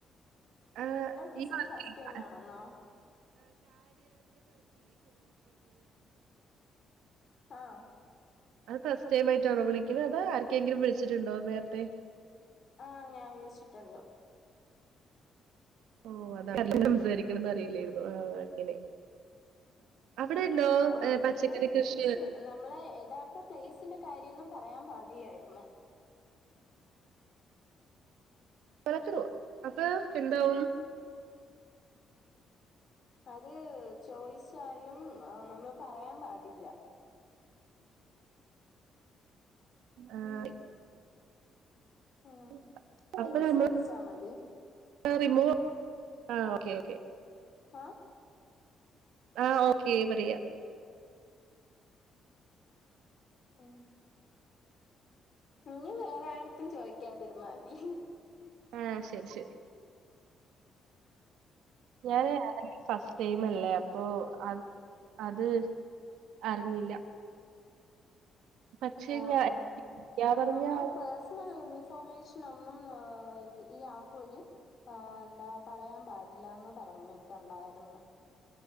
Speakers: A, on the right; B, on the left.
A: ആഹ്!
B: വിളിച്ചത്
A: <unintelligible>
B: ഫസ്റ്റ് ടൈം ആണെന്നോ ആഹ്
A: അത് ഫസ്റ്റ് ടൈമായിട്ടാണോ വിളിക്ക്ണെ അതോ ആർക്കെങ്കിലും വിളിച്ചിട്ടുണ്ടോ നേര്ത്തെ
B: ആഹ് ഞാൻ വിളിച്ചിട്ടുണ്ട്
A: ഓഹ് അതാ <unintelligible> സംസാരിക്കണതറില്ലേര്ന്നു ആഹ് അങ്ങനെ അവിടെ ഉണ്ടോ
B: ആഹ് ഇതില്
A: പച്ചക്കറി കൃഷി
B: പെയ്സ് നമ്മളെ യഥാർത്ഥ പ്ലെയ്സിന്റെ കാര്യയൊന്നും പറയാൻ പാടില്ലാരുന്നു
A: <unintelligible> അത് എന്താവും
B: അത് ചോയിച്ചാലും ഉം ആഹ് നമ്മള് പറയാ പാടില്ല
A: ആഹ്
B: ഉം
A: <unintelligible> അപ്പ
B: ഇനി
A: നമ്മളെ
B: ശ്രദ്ധിച്ചാ മതി
A: റിമൂവ് ആഹ് ഓക്കേ ഓക്കേ
B: ആഹ്
A: ആഹ് ഓക്കേ പറിയാ
B: ഉം ഇഞ്ഞി വേറെ ആരട്ത്തും ചോയ്ക്കാതിരുന്നാതി
A: ആഹ് ശരി ശരി ഞാന് <unintelligible> സെയ്മല്ലേ അപ്പൊ അത് അത് അറിഞ്ഞില്ല. പക്ഷെ
B: ആ
A: ഞാ
B: ആഹ്
A: ഞാൻ പറഞ്ഞ
B: നമ്മളെ
A: ആള്
B: പേഴസണൽ ഇൻഫോർമേഷൻ ഒന്നും ഇത് ഈ ആപ്പ് വഴി ആ എന്താ പറയാൻ പാടില്ലാന്ന് പറഞ്ഞിട്ടുണ്ടായിരുന്നു